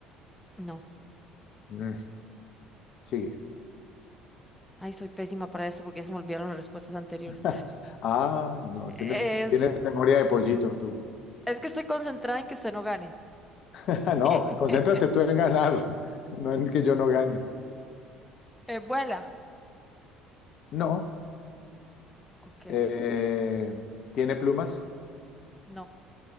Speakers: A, in the centre; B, on the left.
A: No.
B: Mm, sigue.
A: Ay, soy pésima para eso porque ya se me olvidaron las respuestas anteriores.
B: <laughs> Ah, no, tienes,
A: Es,
B: tienes memoria de pollito tú.
A: es que estoy concentrada en que usted no gane.
B: <laughs> No,
A: <laughs>
B: concéntrate tú en ganar, <laughs> no en que yo no gane.
A: Eh, vuela.
B: No.
A: Ok,
B: eh, ¿tiene plumas?
A: no.